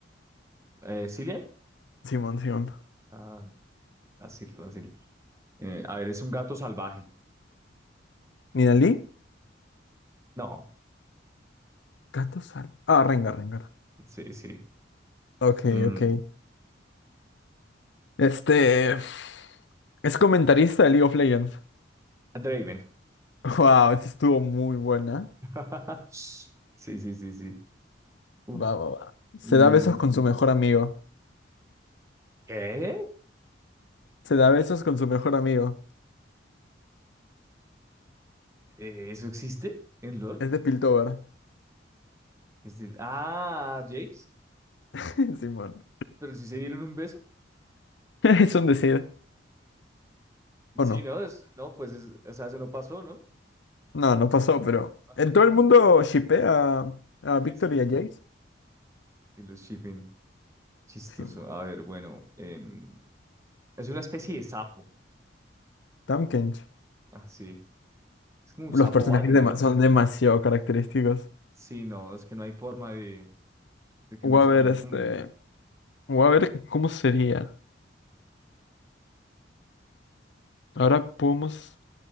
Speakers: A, on the right (about 15°); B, on the left (about 70°).
A: Eh, ¿Cillian?
B: Simón, Simón.
A: Ah, fácil, fácil. Eh, a ver, es un gato salvaje.
B: ¿Ninalí?
A: No,
B: Gato sal. Ah, Rengar, Rengar.
A: sí, sí.
B: Ok,
A: Mm,
B: ok. Este. Es comentarista de League of Legends.
A: Draven.
B: Wow, esta estuvo muy buena.
A: <laughs> Sí, sí, sí, sí. Uf.
B: Va, va, va.
A: Mm,
B: Se da besos con su mejor amigo.
A: ¿qué?
B: Se da besos con su mejor amigo.
A: Eh, ¿Eso existe en LOL?
B: Es de Piltover.
A: Este, ah, Jace,
B: <laughs> Simón.
A: pero si se dieron un beso.
B: <laughs> Es un decir. ¿O
A: Sí,
B: no?
A: no, es, no, pues es, o sea, eso no pasó, ¿no?
B: No, no pasó, pero.
A: <laughs>
B: ¿En todo el mundo shippea a, a Victor
A: Sí, sí, sí,
B: y a Jace?
A: Y los shipping, chistoso.
B: Simón.
A: A ver, bueno, em, es una especie de sapo,
B: Tamkench.
A: así. Es como un
B: Los
A: sapo
B: personajes
A: bagre,
B: dema-
A: ¿no?
B: son demasiado característicos.
A: Sí, no, es que no hay forma de, de que
B: Voy
A: uno se
B: a ver,
A: confunda.
B: este. Voy a ver cómo sería. Ahora podemos